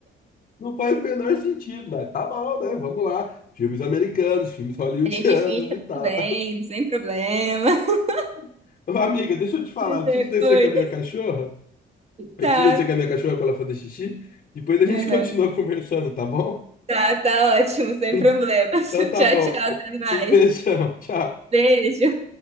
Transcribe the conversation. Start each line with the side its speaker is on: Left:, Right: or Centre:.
Left: Não faz o menor sentido, mas tá bom, né? Vamos lá. Filmes americanos, filmes hollywoodianos
Right: A gente finge que
Left: e
Right: tá
Left: tal.
Right: tudo bem, sem problema. <laughs>
Left: <laughs> Ô, Amiga, deixa eu te falar,
Right: Mas
Left: eu preciso
Right: é,
Left: descer
Right: Oi,
Left: com a minha cachorra. Eu
Right: tá.
Left: preciso descer com a minha cachorra para ela fazer xixi. Depois a gente
Right: Aham.
Left: continua <laughs> conversando, tá bom?
Right: Tá, tá ótimo, sem
Left: <laughs>
Right: problemas.
Left: Então
Right: <laughs>
Left: tá
Right: Tchau,
Left: bom.
Right: tchau, até mais.
Left: Um beijão, tchau.
Right: Beijo.